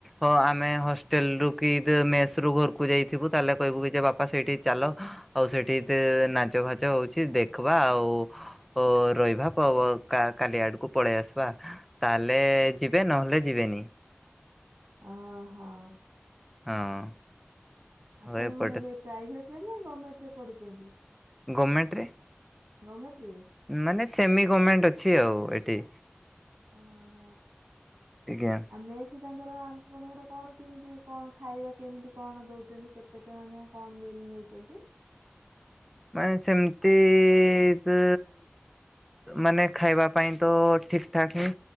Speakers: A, in the centre; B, on the right (about 85°).
A: ହଁ ଆମେ ହଷ୍ଟେଲ ରୁ କି ଦ ମେସ ରୁ ଘରକୁ ଯାଇଥିବୁ ତାହେଲେ କହିବୁ କି ଯେ ବାପା ସେଇଠି ଚାଲ ଆଉ ସେଠି ତେ ନାଚ ଫାଚ ହଉଛି ଦେଖବା ଆଉ ଓ ରହିବା ପ ବ କା କାଲି ଆଡକୁ ପଳେଇ ଆସିବା। ହେଲେ ଯିବେ ନହେଲେ ଯିବେନି।
B: ଅ ହଁ।
A: ହଁ।
B: ଆପଣ
A: ଆଉ ଏପଟେ
B: କଣ ଏବେ ପ୍ରାଇଭେଟ ରେ ନା ଗମେଣ୍ଟ ରେ ପଢୁଚନ୍ତି?
A: ଗମେଣ୍ଟରେ।
B: ଗମେଣ୍ଟ ରେ।
A: ମାନେ ସେମି ଗମେଣ୍ଟ ଅଛି ଆଉ ଏଠି।
B: ଓହ
A: ଆଜ୍ଞା।
B: ଆଉ ମେସେ ଛୁଆଙ୍କର ଆମ୍ପଣଙ୍କର କଣ କିମିତି କଣ ଖାଇବା କେମିତି କଣ ଦଉଛନ୍ତି କେତେ? ଟଙ୍କା ନେଖା କଣ ମିଲ ନୋଉଛନ୍ତି?
A: ମାନେ ସେମିତି ତ ମାନେ ଖାଇବା ପାଇଁ ତ ଠିକ ଠାକେ